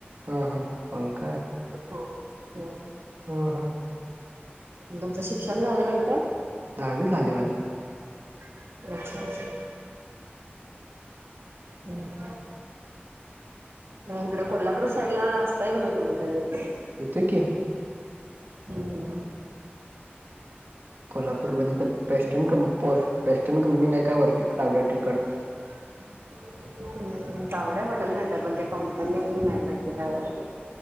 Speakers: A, on the right (about 60°); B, on the right (about 80°).
A: हा हा, होय काय?
B: हो बर
A: हा हा
B: तुमचं शिक्षण झालं नाही काय?
A: दहावी झालय माझं
B: अच्छा अच्छा नाही, इकड कोल्हापूर साईड ला असताय का नाही तुम्ही कधी?
A: येतोय की
B: हम हम
A: कोल्हापूर मध्ये तर पेस्टन कंपोस्ट पेस्टन कंपनी नाही काय वरती तावड हॉटेलकड
B: <inaudible> तावडे हॉटेल माहिती आहे पण ते कंपनी नाही माहिती काय एवढ.